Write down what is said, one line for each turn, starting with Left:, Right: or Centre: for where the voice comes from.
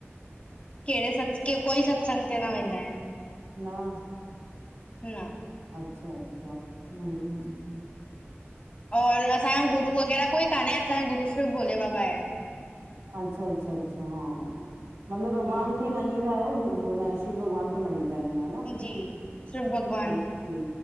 Left: केडे़ सत्स? कोई सत्संग ते न वेंदा इन।
Right: न
Left: न
Right: अच्छा-अच्छा, हूं।
Left: और असांयो गुरू वग़ैरा कोई कान्हे। असांयो गुरू सिर्फ़ भोले बाबा आहे।
Right: अच्छा, अच्छा, अच्छा हा, मतलब भॻवान
Left: हम्म
Right: खे न मञींदा आहियो। शिव भॻवान खे मञींदा आयो।
Left: जी सिर्फ़ भॻवान
Right: ओे ओके,